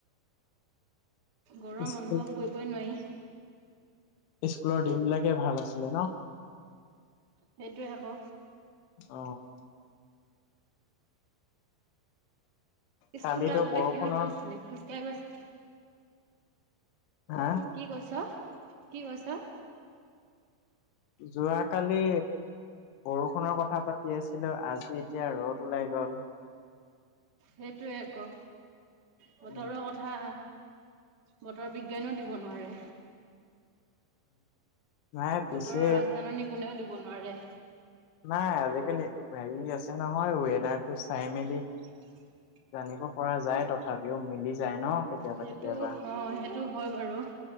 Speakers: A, on the right (about 30°); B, on the left (about 80°).
A: গৰম
B: স্কুল
A: অনুভৱ কৰিবই নোৱাৰি।
B: স্কুলৰ দিন বিলাকে ভাল আছিলে ন?
A: সেইটোয়ে আকৌ।
B: অ কালিতো
A: স্কুললৈ আগতে
B: বৰষুণৰ
A: কিহত গৈছিলি? খোজকাঢ়ি গৈছিলি?
B: হা
A: কি কৈছ? কি কৈছ?
B: যোৱা কালি বৰষুণৰ কথা পাতি আছিলো, আজি এতিয়া ৰ'দ ওলাই গল।
A: সেইটোৱে আকৌ, বতৰৰ
B: উম।
A: কথা বতৰ বিজ্ঞানেও দিব নোৱাৰে।
B: নাই পিছে
A: বতৰৰ আগজাননী কোনেও দিব নোৱাৰে।
B: নাই আজিকালি হেৰি আছে নহয়, ৱেডাৰটো চাই মেলি
A: <inaudible>
B: জানিব পৰা যায় তথাপিও, মিলি যায় ন কেতিয়াবা
A: সেইটো
B: কেতিয়াবা।
A: অ সেইটো হয় বাৰু